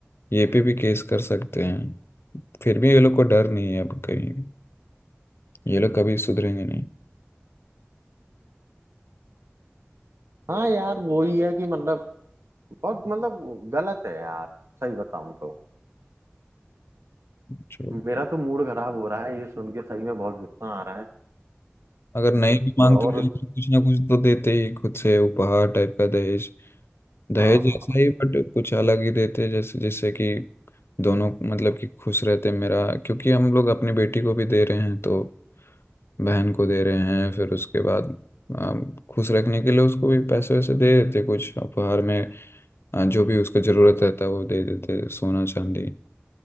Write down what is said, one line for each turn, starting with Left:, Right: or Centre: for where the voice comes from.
Left: ये पे भी केस कर सकते हैं फिर भी ये लोग को डर नहीं है अब कहीं ये लोग कभी सुधरेंगे नहीं
Right: हाँ यार वही है कि मतलब बहुत मतलब गलत है यार सही बताऊं तो
Left: छोड़ो।
Right: मेरा तो मूड खराब हो रहा है ये सुन के सही में बहुत गुस्सा आ रहा है
Left: अगर नहीं
Right: मतलब
Left: भी मांगते
Right: और
Left: तो ये लोग कुछ ना कुछ तो देते ही खुद से उपहार टाइप का दहेज दहेज
Right: हाँ
Left: जैसा
Right: हाँ
Left: ही बट कुछ अलग ही देते जैसे जैसे कि दोनों मतलब कि खुश रहते मेरा क्योंकि हम लोग अपनी बेटी को भी दे रहे हैं तो बहन को दे रहे हैं फिर उसके बाद अम, खुश रखने के लिए उसको भी पैसे वैसे दे देते कुछ उपहार में अ, जो भी उसको जरूरत रहता है वो दे देते सोना चांदी